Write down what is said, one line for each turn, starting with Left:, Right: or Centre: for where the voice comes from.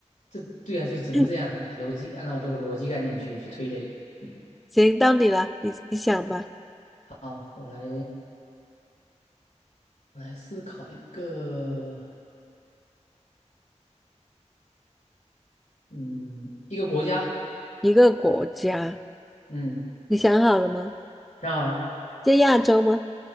Left: 这对啊，就只能这样逻辑，
Centre: <coughs>
Left: 按照这个逻辑概念去去推类。嗯，
Centre: 行，到你了，你你想吧，
Left: 好，我来。我来思考一个，嗯，一个国家，
Centre: 一个国家，
Left: 嗯，
Centre: 你想好了吗？
Left: 想好了，
Centre: 在亚洲吗？